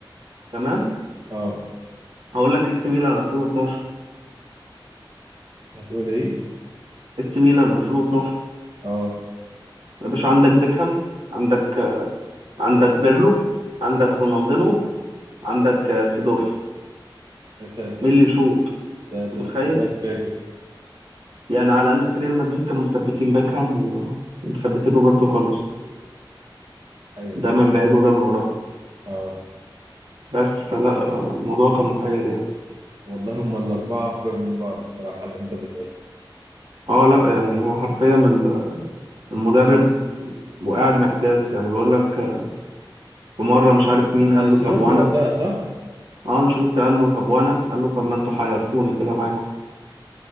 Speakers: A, on the right; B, on the right.
A: تمام
B: اه
A: هقول لك اس ميلان 2012
B: هتقول ايه
A: اس ميلان 2012
B: اه
A: يا باشا عندك بيكهام عندك آه، عندك بيرلو عندك رونالدينو عندك آه، سيدورف
B: يا ساتر
A: مين اللي يشوط
B: ده ده
A: أنت متخيل
B: سكواد فاجر
A: يعني على الأقل في ريال مدريد كانوا مثبتين باكهام و- ومثبتين روبرتو كارلوس
B: ايوه صح
A: ده من بعيد وده من قريب
B: اه
A: بس فلا آه، الموضوع كان محير يعني
B: والله هم الاربعه افجر من بعض الصراحه اللي انت بتقول
A: اه لا يعني هو حرفيا ال- المدرب وقاعد محتاس يعني بيقول لك آه، في مرة مش عارف مين
B: كان
A: قال
B: انشيلوتي
A: له طب وانا
B: وقتها صح؟
A: اه انشيلوتي قال له طب وانا قال له طب ما انتوا حيرتوني كده معاكم